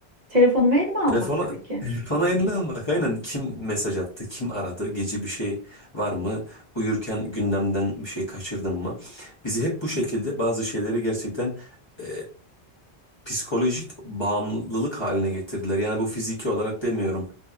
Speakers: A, on the right; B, on the left.
A: Telefonumu elime almak
B: Telefona
A: tabii ki.
B: telefona eline almak aynen kim mesaj attı kim aradı gece bir şey var mı uyurken gündemden bir şey kaçırdın mı bizi hep bu şekilde bazı şeyleri gerçekten e, psikolojik bağımlılık haline getirdiler yani bu fiziki olarak demiyorum